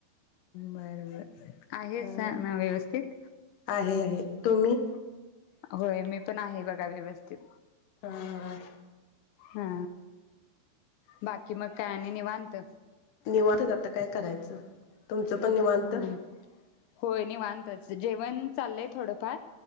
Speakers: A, on the left; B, on the left.
A: बर बर, आहे
B: हा
A: सा ना व्यवस्थित.
B: आहे आहे तुम्ही
A: होय. मी पण आहे बघा व्यवस्थित.
B: हा हा.
A: हा बाकी मग काय नी निवांत.
B: निवांत आता काय करायचं? तुमचं पण निवांत.
A: हा होय निवांतच. जेवण चाललंय थोडंफार.